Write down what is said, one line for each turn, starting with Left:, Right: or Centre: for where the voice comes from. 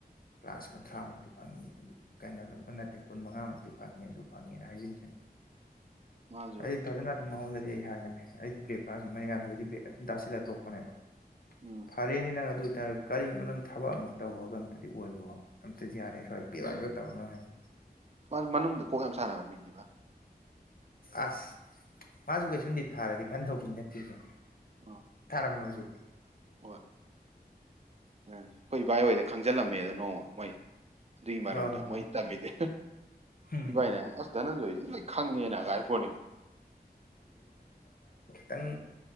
Left: ꯀ꯭ꯂꯥꯁ ꯀꯨꯟꯊ꯭ꯔꯥ ꯃꯨꯛꯇꯤ ꯐꯪꯏꯤ ꯑꯗꯨ ꯀꯩꯅꯣꯗꯧꯕ ꯅꯠꯇꯦ ꯀꯨꯟ ꯃꯉꯥꯃꯨꯛꯇꯤ ꯐꯪꯉꯤ ꯑꯗꯨ ꯐꯪꯉꯦꯅ ꯍꯥꯏꯖꯤꯟꯒꯅꯤ
Right: ꯃꯥꯁꯨ
Left: ꯑꯩ ꯐꯖꯅꯥ ꯑꯗꯨꯝ ꯃꯎꯟꯗꯗꯤ ꯍꯥꯏꯔ ꯑꯩꯗꯤꯕ꯭ꯔꯦꯞ ꯁꯨꯝ ꯃꯔꯤꯀꯥꯟꯗꯗꯤ ꯕ <unintelligible> ꯑꯗꯨꯝ ꯇꯥꯁꯤꯜꯂ ꯇꯣꯛꯄꯅꯦꯕ
Right: ꯎꯝ
Left: ꯐꯔꯦꯅꯦ ꯅꯪ ꯑꯗꯨ ꯑꯣꯏꯇꯥꯔ ꯀꯔꯤꯒꯤꯅꯣ ꯅꯪ ꯊꯕꯛ ꯑꯝ ꯇꯧꯕꯔꯒ ꯑꯝꯇꯗꯤ ꯑꯣꯏꯈꯣ ꯑꯝꯇꯗꯤ ꯌꯥꯔꯦ ꯁ꯭ꯋꯥꯏ ꯄꯤꯔꯕ ꯇꯧꯔꯅꯨ ꯍꯥꯏꯕ
Right: ꯃꯥꯁꯨ ꯃꯅꯨꯡꯗ ꯀꯣꯛ ꯌꯥꯝ ꯁꯥꯟꯅꯕ ꯃꯤꯅꯦꯕ
Left: ꯑꯁ ꯃꯥꯁꯨ ꯀꯩꯁꯨꯨꯝ ꯅꯤꯠ ꯊꯥꯔꯗꯤ ꯈꯟ ꯊꯧꯕ ꯃꯤ ꯅꯠꯇꯦꯕꯥ
Right: ꯑ
Left: ꯇꯥꯔꯝꯃꯁꯨ
Right: ꯍꯣꯏ ꯎꯝ ꯑꯩꯈꯣꯏ ꯏꯚꯥꯏ ꯑꯣꯏꯗ ꯈꯪ ꯏꯁꯤꯜꯂꯝꯃꯦꯗ ꯅꯣꯡꯃ ꯃꯣꯏ ꯑꯗꯨꯏ ꯃꯔꯝꯗ
Left: ꯍꯣꯏ ꯍꯣꯏ
Right: ꯃꯣꯏ
Left: ꯍꯣꯏ
Right: ꯇꯝꯃꯤꯗꯤ
Left: ꯎꯝ
Right: ꯏꯚꯏꯅ ꯍꯥꯏꯅ‌ꯦ ꯑꯁ ꯙꯅꯟꯖꯣꯏꯗꯤ ꯂꯣꯏ ꯈꯪꯉꯦꯅ ꯑꯒ ꯍꯥꯏꯔꯤ‌ꯄꫭꯠꯅꯤꯀꫭ
Left: ꯇꯪ